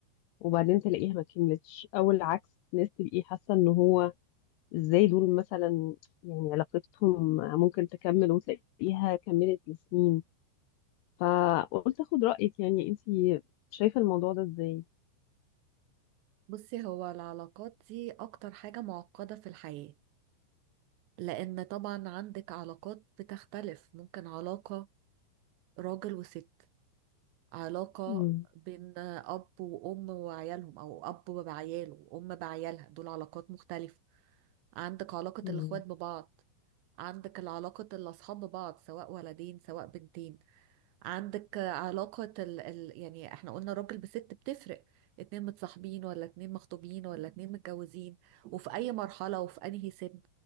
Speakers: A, on the left; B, on the right.
A: وبعدين تلاقيها ما كملتش أو العكس ناس تبقي حاسة إن هو ازاي دول مثلا يعني علاقتهم ممكن تكمل وتلاقيها كملت لسنين فقلت اخد رأيك يعني انتي شايفة الموضوع ده ازاي
B: بصي هو العلاقات دي أكتر حاجة معقدة في الحياة لأن طبعا عندك علاقات بتختلف ممكن علاقة راجل وست علاقة
A: مم.
B: بين أب وأم وعيالهم أو أب بعياله وأم بعيالها دول علاقات مختلفة عندك علاقة
A: مم.
B: الإخوات ببعض عندك العلاقة الأصحاب ببعض سواء ولدين سواء بنتين عندك علاقة ال... ال... يعني احنا قلنا راجل بست بتفرق اتنين متصاحبين ولا اتنين مخطوبين ولا اتنين متجوزين وفي اي مرحلة وفي انهي سن